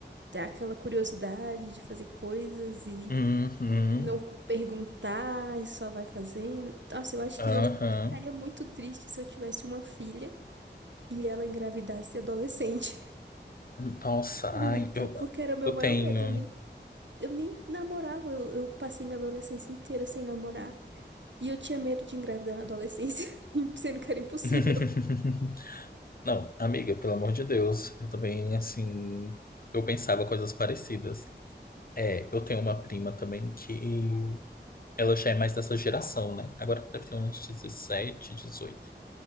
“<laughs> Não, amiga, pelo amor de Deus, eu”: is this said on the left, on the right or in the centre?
Left